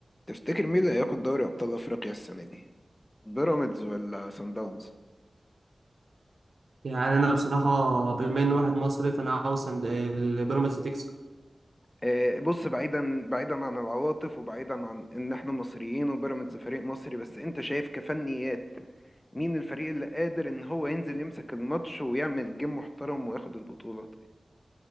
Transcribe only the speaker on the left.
تفتكر مين اللي هياخد دوري ابطال افريقيا السنه دي بيراميدز ولا سان داونز
آه، بص بعيدا بعيدا عن العواطف وبعيدا عن ان احنا مصريين وبيراميدز فريق مصري بس انت شايف كفنيات مين الفريق اللي قادر ان هو ينزل يمسك الماتش ويعمل جيم محترم وياخد البطوله